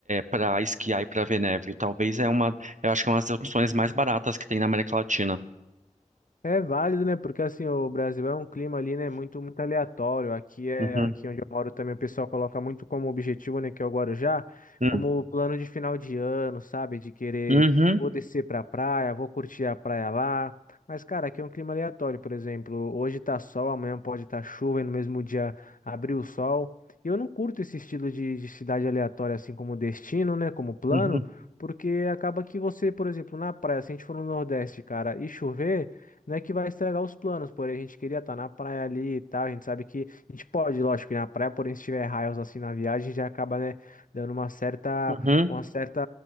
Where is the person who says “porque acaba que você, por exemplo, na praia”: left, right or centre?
Left